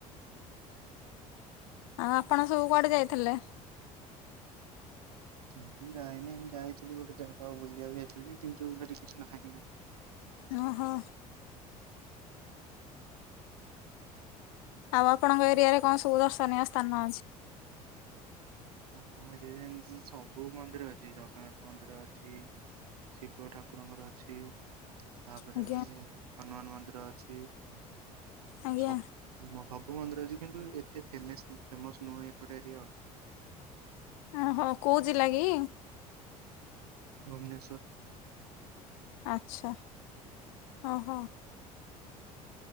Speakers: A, on the left; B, on the right.
A: ଆଉ ଆପଣ ସବୁ କୁଆଡେ ଯାଇଥିଲେ?
B: ହୁଁ ମୁଁ ଯାଇନି ମୁ ଯାଇଥିଲି ଗୋଟେ ଜାଗା ଆଉ ବୁଲିବାକୁ ଯାଇଥିଲି କିନ୍ତୁ ସେଠି କିଛି ନାହିଁ ଆଉ।
A: ଓହୋ। ଆଉ ଆପଣଙ୍କ ଏରିଆରେ କଣ ସବୁ ଦର୍ଶନୀୟ ସ୍ଥାନ ଅଛି?
B: ଆମ ଏରିଆରେ ସବୁ ମନ୍ଦିର ଅଛି ଜଗନ୍ନାଥ ମନ୍ଦିର ଅଛି। ଶିବ ଠାକୁରଙ୍କର ଅଛି। ତାପରେ
A: ଆଜ୍ଞା।
B: ହନୁମାନ ମନ୍ଦିର ଅଛି
A: ଆଜ୍ଞା
B: ସବ ହବୁ ମନ୍ଦିର ଅଛି କିନ୍ତୁ ଏତେ ଫ ଫେମସ ନୁହେଁ ଏପଟେ ଏରିଆ ଆଉ।
A: ଓହୋ କୋହୁ ଜିଲ୍ଲା କି?
B: ଭୁବନେଶ୍ଵର।
A: ଆଚ୍ଛା ଓହୋ।